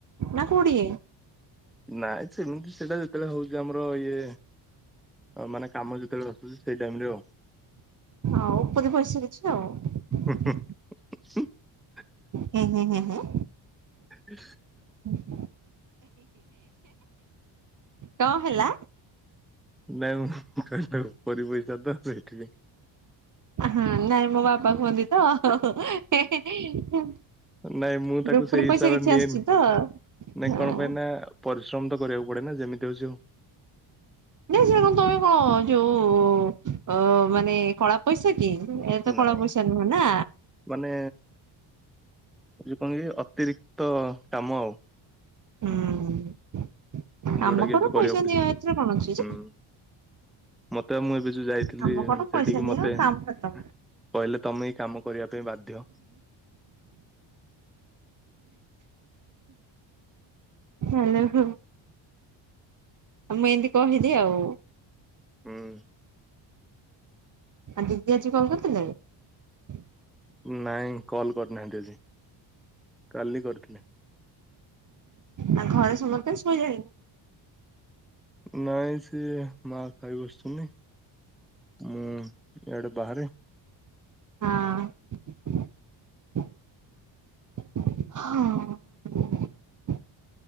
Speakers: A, on the right (about 40°); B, in the centre.
A: ନା କୁଡ଼ିଏ?
B: ନାଇଁ ସେମିତି ସେଟା ଯେତେବେଳେ ହଉଛି ଆମର ଇଏ ମାନେ କାମ ଯେତେବେଳେ ଆସୁଛି ସେଇ ଟାଇମ ରେ ଆଉ।
A: ଆଉ ଉପୁରି ପଇସା କିଛି ଆଉ
B: ହୁଁ। <inaudible>
A: ହୁଁ ହୁଁ ହୁଁ ହୁଁ।
B: <inaudible>
A: <inaudible> <inaudible> କଣ ହେଲା?
B: ନାଇଁ ମୁଁ କ ଉପରି ପଇସା ତ ସେଇଠି
A: ହଁ ନାଇଁ ମୋ ବାପା କୁହନ୍ତି ତ।
B: ନାଇଁ ମୁଁ ତାକୁ
A: ଉପରି
B: ସେଇ ହିସାବରେ
A: ପଇସା କିଛି
B: ନିଏନି।
A: ଆସିଛି ତ
B: ନାଇଁ
A: ହଁ।
B: କଣ ପାଇଁ ନା ପରିଶ୍ରମ ତ କରିବାକୁ ପଡେ ନା ଯେମିତି ହଉଛି ହଉ।
A: ଦେ ସେ କଣ ତମେ କଣ ଯୋଉ ଅ ମାନେ କଳା ପଇସା କି
B: ହଉ
A: ଏ ତ
B: ନାଇଁ
A: କଳା ପଇସା ନୁହେଁ ନା।
B: ମାନେ ଯୋଉ କଣ କି ଅତିରିକ୍ତ କାମ ଆଉ।
A: ହୁଁ। କାମ
B: ଯୋଉଟା କି
A: କର
B: ଏବେ କରିବାକୁ
A: ପଇସା
B: ପଡୁଛି
A: ନିଅ ଏଥିରେ କଣ ଅଛି
B: ହୁଁ
A: ଯେ।
B: ମତେ ମୁଁ ଏବେ ଯୋଉ ଯାଇ ଥିଲ
A: କାମ କର ପଇସା
B: ସେଠିକି
A: ନିଅ
B: ମତେ
A: କାମ ଖତମ।
B: କହିଲେ ତମେ କାମ କରିବା ପାଇଁ ବାଧ୍ୟ।
A: ହ୍ୟାଲୋ ହଁ। ଆଉ ମୁଁ ଏମିତି କହିଲି ଆଉ।
B: ହୁଁ।
A: ଆ ଦିଦି ଆଜି କଲ୍ କରିଥିଲେ।
B: ନାଇଁ କଲ୍ କରିନାହାନ୍ତି ଆଜି। କାଲି କରିଥିଲେ।
A: ଆଉ ଘରେ ସମସ୍ତେ ଶୋଇଲେଣି।
B: ନାଇଁ ସିଏ ମା ଖାଇ ବସିଛନ୍ତି। ମୁଁ ଇଆଡେ ବାହାରେ।
A: ହଁ <inaudible> ହଁ।